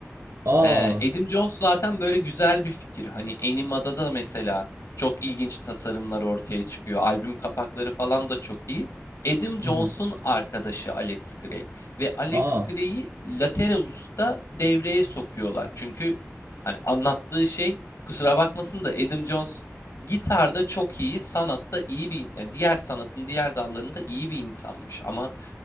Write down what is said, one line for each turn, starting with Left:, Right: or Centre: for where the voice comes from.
Right: Aa.
Left: Ee, Adam Jones zaten böyle güzel bir fikir. Hani Anima'da da mesela çok ilginç tasarımlar ortaya çıkıyor. Albüm kapakları falan da çok iyi. Adam Jones'un
Right: <laughs>
Left: arkadaşı Alex Gray ve Alex
Right: Aa.
Left: Gray'i Lateralus'ta devreye sokuyorlar. Çünkü hani anlattığı şey kusura bakmasın da Adam Jones gitarda çok iyi, sanatta iyi bir yani diğer sanatın diğer dallarında iyi bir insanmış ama